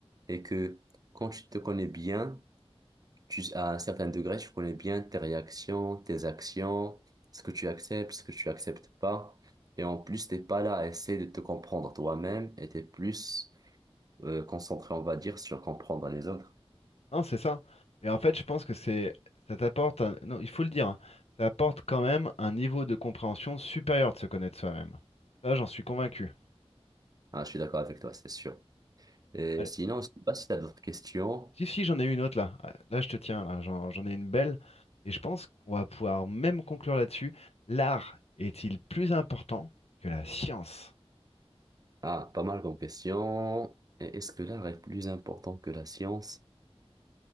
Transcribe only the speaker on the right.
et que quand tu te connais bien, tu- à un certain degré, tu connais bien tes réactions, tes actions, ce que tu acceptes, ce que tu acceptes pas. Et en plus, t'es pas là à essayer de te comprendre toi-même et t'es plus euh, concentré, on va dire, sur comprendre les autres.
Ah, je suis d'accord avec toi, c'est sûr. Et
sinon, je sais pas si tu as d'autres questions.
Ah, pas mal comme questions. Et Est-ce que l'art est plus important que la science?